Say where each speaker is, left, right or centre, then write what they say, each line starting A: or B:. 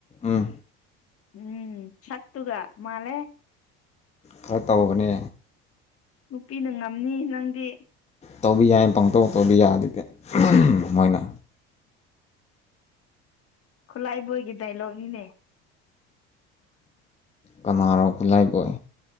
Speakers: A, on the left; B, on the left.
A: ꯎꯝ꯫
B: ꯎꯝ ꯁꯠꯇꯨꯒ ꯃꯥꯂꯦ
A: ꯈꯔ ꯇꯧꯕꯅꯦ
B: ꯅꯨꯄꯤꯅ ꯉꯝꯅꯤ ꯅꯪꯗꯤ
A: ꯇꯧꯕ ꯌꯥꯏꯅ ꯄꯪꯇꯧ ꯇꯧꯕ ꯌꯥꯗꯦꯗꯤ ꯃꯣꯏꯅ
B: ꯈꯨꯠꯂꯥꯏꯕꯣꯏꯒꯤ ꯗꯥꯏꯂꯣꯛꯅꯤꯅꯦ
A: ꯀꯅꯥꯔꯣ ꯈꯨꯠꯂꯥꯏꯕꯣꯏ꯫